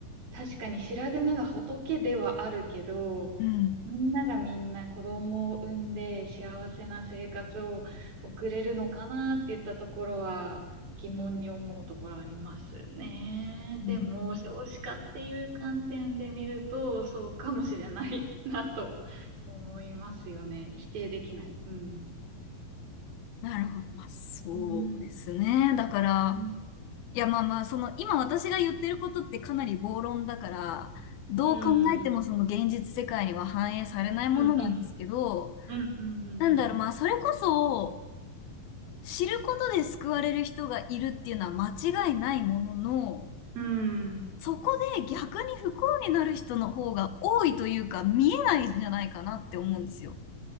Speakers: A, on the right; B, on the left.
A: 確かに白髪が仏ではあるけど、
B: うん。
A: みんながみんな子供を産んで幸せな生活を送れるのかなって言ったところは疑問に思うところありますね。
B: うん
A: でも少子化っていう観点で見るとそうかもしれないなと思いますよね。否定できない。うん。
B: なるほど。まあ、そうですね。
A: うん。
B: だから、
A: うん
B: いや、まあまあ、その、今私が言ってることってかなり暴論だから、どう考えてもその現実世界には反映されないものなんですけど、
A: うん。うんうん。うんうんうん
B: なんだろう、まあ、それこそ、知ることで救われる人がいるっていうのは間違いないものの、
A: うん。うん。
B: そこで逆に不幸になる人の方が多いというか、見えないんじゃないかなって思うんですよ。